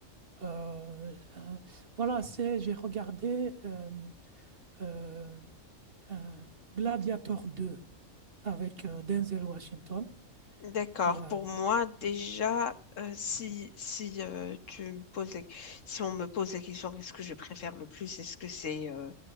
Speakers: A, on the right; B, on the left.
A: Euh, euh, voilà, c'est, j'ai regardé euh, euh, euh, Gladiator 2 avec euh, Denzel Washington.
B: D'accord,
A: Il y a-
B: pour moi
A: il
B: déjà,
A: y a-
B: euh, si, si, euh, tu me poses la- si on me pose la question qu'est-ce que je préfère le plus, est-ce que c'est euh,